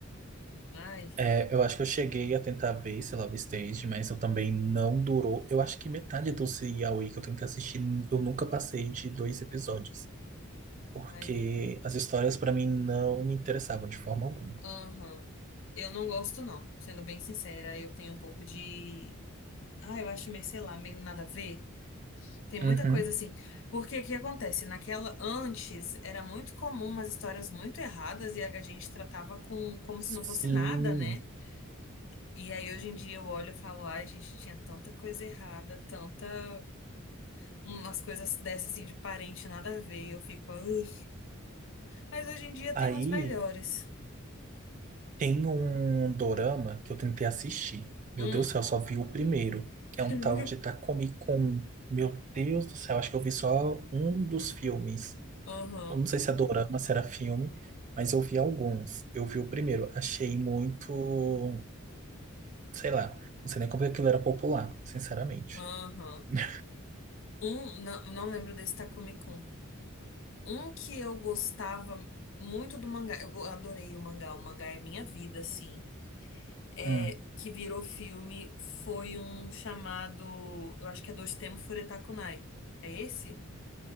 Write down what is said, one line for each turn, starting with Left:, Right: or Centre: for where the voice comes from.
Left: Ai,
Right: É, eu acho que eu cheguei a tentar ver esse Love Stage, mas eu também não durou. Eu acho que metade do Yaoi que eu tentei assistir, eu nunca passei de dois episódios. Porque
Left: ai,
Right: as histórias pra mim não me interessavam de forma alguma.
Left: aham. Eu não gosto, não. Sendo bem sincera, eu tenho um pouco de. Ah, eu acho meio, sei lá, meio nada a ver. Tem muita
Right: Uhum.
Left: coisa assim. Porque o que acontece? Naquela antes era muito comum umas histórias muito erradas e a gente tratava com como se
Right: Sim.
Left: não fosse nada, né? E aí hoje em dia eu olho e falo, ai, gente, tinha tanta coisa errada, tanta umas coisas dessas assim de parente nada a ver, e eu fico, "Ui". Mas hoje em dia tem
Right: Aí
Left: uns melhores.
Right: tem um dorama que eu tentei assistir. Meu
Left: Hum,
Right: Deus do céu, eu só vi o primeiro, que é um
Left: <laughs>
Right: tal de Takumi-kun. Meu Deus do céu, acho que eu vi só um dos filmes.
Left: aham,
Right: Eu não sei se é dorama, se era filme, mas eu vi alguns. Eu vi o primeiro, achei muito, sei lá, não sei nem como que aquilo era popular, sinceramente.
Left: aham.
Right: <laughs>
Left: Um, não, não lembro desse Takumi Kun. Um que eu gostava muito do mangá, eu go- adorei o mangá, o mangá é minha vida, assim. É,
Right: Hum,
Left: que virou filme foi um chamado, eu acho que é Dois Temo Furetakunai. É esse?